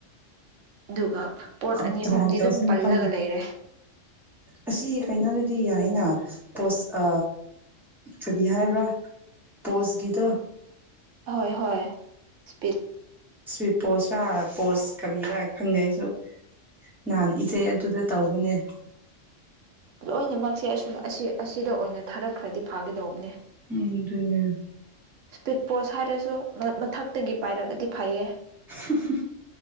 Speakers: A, on the right; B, in the centre.
A: ꯑꯗꯨꯒ ꯄꯣꯠ
B: ꯎꯝ꯭ꯔ
A: ꯑꯅꯤ ꯑꯍꯨꯝꯗꯤ
B: ꯍꯥꯏ ꯇꯁꯦ
A: ꯑꯗꯨꯝ ꯄꯜꯂꯒ
B: ꯀ
A: ꯂꯩꯔꯦ
B: ꯑꯁꯤ ꯀꯩꯅꯣꯗꯗꯤ ꯌꯥꯏꯅ ꯄꯣꯁ ꯀꯔꯤ ꯍꯥꯏꯕ꯭ꯔꯥ ꯄꯣꯁ ꯒꯤꯗ
A: ꯑꯣꯏ ꯍꯣꯏ ꯁ꯭ꯄꯤꯠ
B: ꯁ꯭ꯋꯤꯠ ꯄꯣꯁꯇ ꯄꯣꯁ ꯀꯔꯤꯔ ꯈꯪꯅꯩꯁꯨ ꯅꯍꯥꯟ ꯏꯆꯦ ꯑꯗꯨꯗ ꯇꯧꯕꯅꯦ
A: ꯂꯣꯏꯅꯃꯛꯁꯦ ꯑꯁꯨꯝ ꯑꯁꯤ ꯑꯁꯤꯗ ꯑꯣꯏꯅ ꯊꯥꯔꯛꯈ꯭ꯔꯗꯤ ꯐꯥꯒꯗꯧꯕꯅꯦ
B: ꯎꯝ ꯑꯗꯨꯅꯤ
A: ꯏꯁꯄꯤꯠ ꯄꯣꯁ ꯍꯥꯏꯔꯁꯨ ꯃꯊꯛꯇꯒꯤ ꯄꯥꯏꯔꯒꯗꯤ ꯐꯩꯌꯦ
B: ꯍ